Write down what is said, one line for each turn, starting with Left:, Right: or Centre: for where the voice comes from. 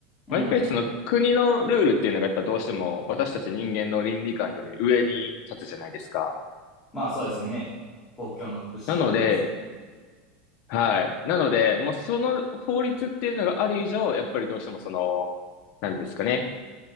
Centre: うん。
Left: まあ、やっぱりその国のルールっていうのがやっぱどうしても私たち人間の倫理観より上に立つじゃないですか。
Centre: うんうん。まあそうですよね。公共の福祉がありますもんね。
Left: なので、はい。なので、もうその法律っていうのがある以上、やっぱりどうしてもその、なんですかね。